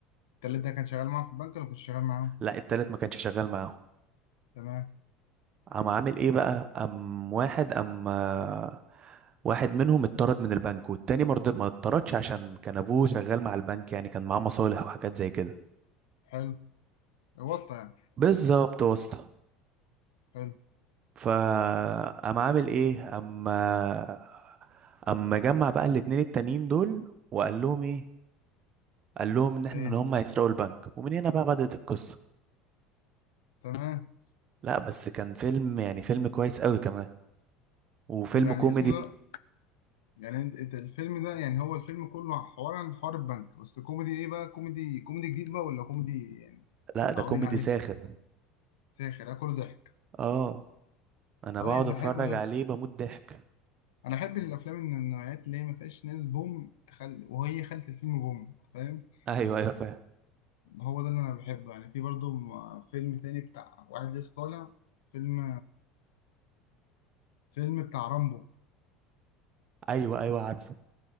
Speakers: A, on the left; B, on the right.
A: التالت ده كان شغال معاهم في البنك ولا كنت شغال معاهم؟
B: لا التالت ما كانش شغال معاهم
A: تمام
B: قام عامل ايه بقى قام واحد قام آه، واحد منهم اتطرد من البنك والتاني مرض... ما اتطردش عشان كان ابوه شغال مع البنك يعني كان معاه مصالح وحاجات زي كده
A: حلو واسطة يعني
B: بالظبط واسطة
A: حلو
B: فقام عامل ايه اما اما جمع بقى الاتنين التانيين دول وقال لهم ايه قال لهم ان احنا
A: ايه
B: ان هم هيسرقوا البنك ومن هنا بقى بدأت القصة
A: تمام
B: لا بس كان فيلم يعني فيلم كويس قوي كمان وفيلم
A: طب يعني
B: كوميدي
A: اسمه
B: بت-
A: ده يعني انت انت الفيلم ده يعني هو الفيلم كله حوار عن حوار البنك بس كوميدي ايه بقى كوميدي كوميدي جديد بقى ولا كوميدي يعني
B: لا
A: متعودين
B: ده كوميدي
A: عليه
B: ساخر
A: ساخر آه، كله ضحك
B: اه انا
A: طيب
B: بقعد اتفرج
A: ده حلو
B: عليه
A: ده
B: بموت ضحك
A: انا احب الافلام من النوعيات اللي هي ما فيهاش ناس بوم تخل... وهي خلت الفيلم بوم فاهم
B: ايوه ايوه فاهم
A: هو ده اللي انا بحبه يعني في برضه م- فيلم تاني بتاع واحد لسه طالع فيلم فيلم بتاع رامبو
B: ايوه ايوه عارفه